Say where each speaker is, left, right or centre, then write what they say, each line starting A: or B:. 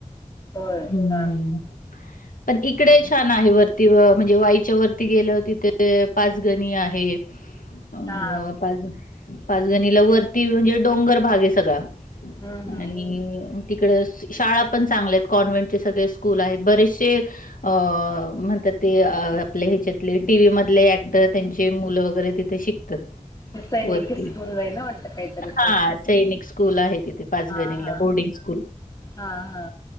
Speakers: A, on the left (about 25°); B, on the left (about 85°).
A: होय
B: हम्म..
A: हा
B: पण, इकडे छान आहे. वरती, व म्हणजे, वाईच्या, वरती गेलं, तिथे पाचगणी आहे. अ,
A: हा
B: पाच पाचगणीला वरती, म्हणजे, डोंगर भाग आहे. सगळा,
A: हम्म हम्म
B: आणि तिकडे शाळा पण चांगल्या आहेत कॉन्व्हेंटचे सगळे स्कूल आहेत बरेचशे अ म्हण ते आपल्या ह्याच्यातले टीव्ही मधले ऍक्टर त्यांचे मुलं वगैरे तिथे शिकतात
A: ते सैनिक
B: वरती
A: स्कूल आहे ना वाटतं काहीतरी
B: हा सैनिक स्कूल आहे तिथे पाचगणीला
A: हा हा
B: बोर्डिंग स्कूल
A: हा हा